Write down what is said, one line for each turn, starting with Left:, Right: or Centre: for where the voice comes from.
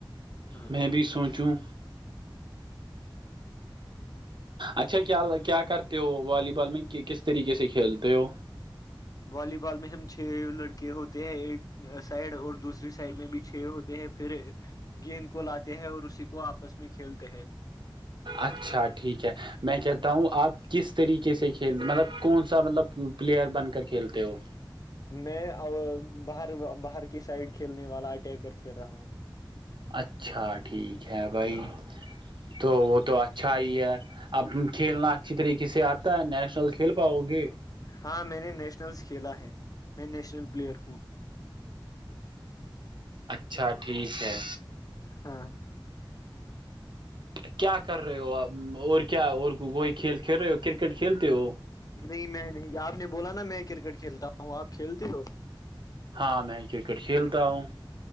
Left: ہاں
Right: میں بھی سوچوں اچھا کیا کیا کرتے ہو والی بال میں کس طریقے سے کھیلتے ہو
Left: والی بال میں ہم چھ لڑکے ہوتے ہیں ایک سائڈ اور دوسری سائڈ میں بھی چھ ہوتے ہیں پھر گیند کو لاتے ہیں اور اسی کو آپس میں کھیلتے ہیں
Right: اچھا ٹھیک ہے میں کہتا ہوں آپ کس طریقے سے کھیل مطلب کون سا مطلب پلیئر بن کر کھیلتے ہو
Left: میں باہر باہر کی سائڈ کھیلنے والا اٹیکر کھیل رہا ہوں
Right: اچھا ٹھیک ہے بھائی
Left: ہاں
Right: تو وہ تو اچھا ہی ہے اب کھیلنا اچھی طریقے سے آتا ہے نیشنل کھیل پاؤ گے
Left: ہاں میں نے نیشنلس کھیلا ہے میں نیشنل پلیئر ہوں
Right: اچھا ٹھیک ہے
Left: ہاں
Right: کیا کر رہے ہو آپ اور کیا اور وہی کھیل کھیل رہے ہو کرکٹ کھیلتے ہو
Left: نہیں میں نہیں آپ نے بولا نا میں کرکٹ کھیلتا ہوں آپ کھیلتے لو
Right: ہاں میں کرکٹ کھیلتا ہوں